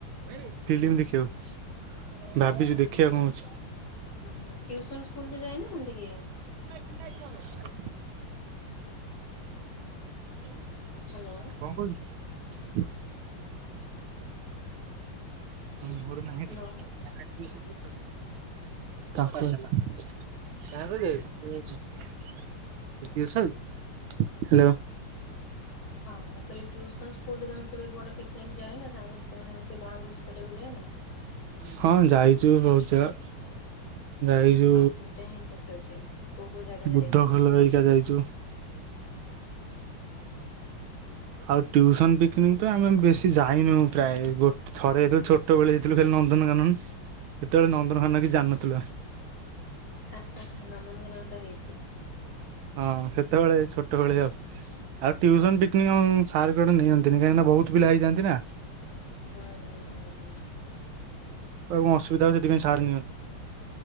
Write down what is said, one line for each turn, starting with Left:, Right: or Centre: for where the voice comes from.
Right: ଫିଲିମି ଦେଖିବାକୁ। ଭାବିଚୁ ଦେଖିଆ କଣ ହୋଉଛି।
Left: ହୁଁ ଟ୍ୟୁସନ ସ୍କୁଲରୁ ଯାଇନାହାନ୍ତି କି?
Right: <unintelligible> କଣ
Left: ହ୍ୟାଲୋ
Right: କହିଲୁ? ମୋର ନାହିଁ
Left: ହ୍ୟାଲୋ।
Right: ଟୋ କାହାକୁ <unintelligible> ହାଲୋ।
Left: ହଁ ମୁଁ କହିଲି ଟିଉସନ୍ ସ୍କୁଲରୁ ତମେ କେବେ କୁଆଡେ ପିକନିକ ଯାଇନ ସାଙ୍ଗସୁ ତମେ ସେଇ ବଣଭୋଜି କରିବାକୁ ଯାଇନ?
Right: ହଁ ଯାଇଚୁ ବୋହୁତ ଜାଗା। ଯାଇଛୁ
Left: ହଁ ସେଇଟା ହିଁ ପଚାରୁଚି କୋଉ କୋଉ ଜାଗା
Right: ବୁଦ୍ଧ
Left: ଯାଇଚ?
Right: ଖୋଲ ହେରିକା ଯାଇଛୁ।
Left: ଆଚ୍ଛା।
Right: ଆଉ ଟିଉସନ ପିକନିକ ତ ଆମେ ବେଶୀ ଯାଇନୋଉ ପ୍ରାୟେ ଗୋ ଥରେ ଯେତଳେ ଛୋଟବେଳେ ହେଇଥିଲୁ ଖାଲି ନନ୍ଦନକାନନ ସେତେବେଳେ ନନ୍ଦନକାନନ କିଛି ଜାଣିନଥିଲୁ ଆ
Left: ହା ହା ହା ନନ୍ଦନକାନନ ତ ଏଇଠି।
Right: ହଁ ସେତେବେଳେ ଛୋଟବେଳେ ଆଉ ଆଉ ଟିଉସନ୍ ପିକନିକ୍ ଆମକୁ ସାର୍ କୁଆଡେ ନିଅନ୍ ତିନି କାହିଁକିନା ବୋହୁତ ପିଲା ହେଇଯାଆନ୍ତି ନା।
Left: ହୁଁଉଁ।
Right: କୁଆଡେ କଣ ଅସୁବଧା ହବ ସେଥିପାଇଁ ସାର ନିଅନ୍ତି